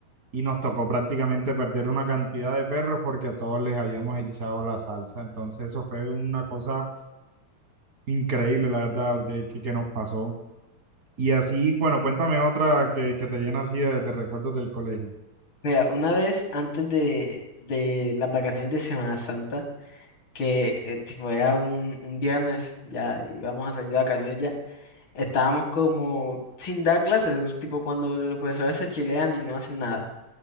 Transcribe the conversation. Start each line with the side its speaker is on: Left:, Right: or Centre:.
Right: Y nos tocó prácticamente perder una cantidad de perros porque a todos les habíamos echado la salsa. Entonces eso fue una cosa increíble, la verdad, que, que que nos pasó. Y así, bueno, cuéntame otra que, que te llena así de, de recuerdos del colegio.
Left: Mira, una vez antes de, de las vacaciones de Semana Santa, que eh, tipo era un, un viernes, ya íbamos a salir de vacaciones ya, estábamos como sin dar clases, tipo cuando los profesores se chilean y no hacen nada.